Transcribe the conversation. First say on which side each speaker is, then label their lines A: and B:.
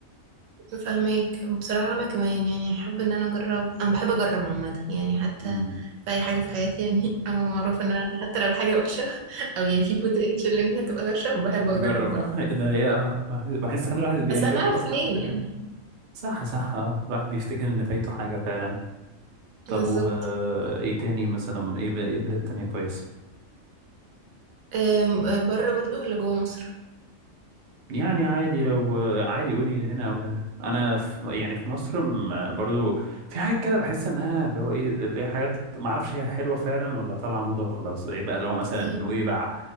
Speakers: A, on the right (about 75°); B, on the right (about 60°).
A: فاهمك بصراحة أنا كمان يعني أحب إن أنا أجرب أنا بحب أجرب عامة يعني حتى
B: مم.
A: في أي حاجة في حياتي يعني <laughs> أنا معروف إن أنا حتى لو الحاجة وحشة <laughs> أو يعني في بوتنشال إن هي تبقى وحشة بحب أجرب
B: نجرب
A: برضه
B: آه، إيه ده ايه اه بحس ساعات الواحد بينجذب
A: بس أنا أعرف
B: اصلا
A: منين
B: لحاجة
A: يعني
B: صح صح اه الواحد بيفتكر ان فايته حاجة فعلا طب
A: بالظبط
B: و آه، ايه تاني مثلا ايه ب- ايه بلاد تانية كويسة
A: أم، بره برضه ولا جوه مصر
B: يعني عادي لو آه، عادي قولي هنا او هنا انا في يعني في مصر م- برضو في حاجات كده بحس انها اللي هو ايه اللي هي حاجات ما اعرفش هي حلوة فعلا ولا طالعة موضة وخلاص ايه بقى اللي هو مثلا
A: إزاي؟
B: نويبع